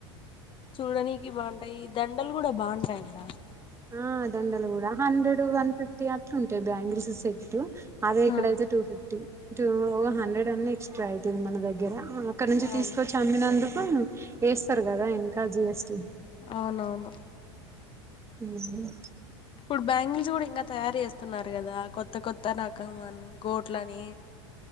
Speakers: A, on the left (about 35°); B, on the right (about 20°).
A: చూడానికి బాగుంటాయి ఈ దండలు కూడా బాగుంటాయిబ్బ
B: ఆ దండలు కూడ హండ్రెడ్ వన్ ఫిఫ్టీ అట్లుంటాయి బ్యాంగిల్స్ సెట్ అదే ఇక్కడైతే
A: ఆ
B: టూ ఫిఫ్టీ టూ ఒక హండ్రెడ్ అన్ని ఎక్స్ట్రా అయితుంది మన దగ్గర అక్కడ నుంచి
A: అవును
B: తీసుకొచ్చి అమ్మినందుకు వేస్తారు కదా ఇంకా జిఎస్టి
A: అవునవును
B: హు
A: ఇప్పుడు బ్యాంగిల్స్ కూడ ఇంకా తయారు చేస్తున్నారు కదా కొత్త కొత్త రక అని గోట్లని